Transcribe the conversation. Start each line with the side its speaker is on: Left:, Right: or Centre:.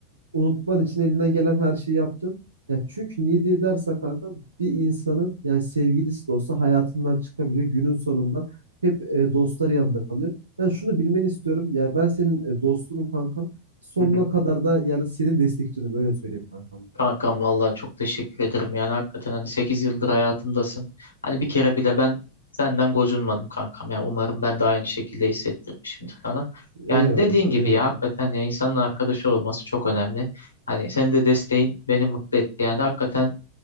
Right: unutman için elinden gelen her şeyi yapacağım. Ya çünkü niye diye dersen kanka bir insanın yani sevgilisi de olsa hayatından çıkabiliyor. Günün sonunda hep e, dostları yanında kalıyor. Ben şunu bilmeni istiyorum. Ya ben senin e, dostunum kankam. Sonuna
Left: hı hı.
Right: kadar da yani senin destekçinim öyle söyleyeyim kankam.
Left: Kankam vallahi çok teşekkür ederim. Yani hakikaten hani 8 yıldır hayatımdasın. Hani bir kere bile ben senden gocunmadım kankam. Yani umarım ben de aynı şekilde hissettirmişimdir sana. Yani
Right: Eyvallah,
Left: dediğin
Right: eyvallah.
Left: gibi ya hakikaten ya insanın arkadaşı olması çok önemli. Hani senin de desteğin beni mutlu etti. Yani hakikaten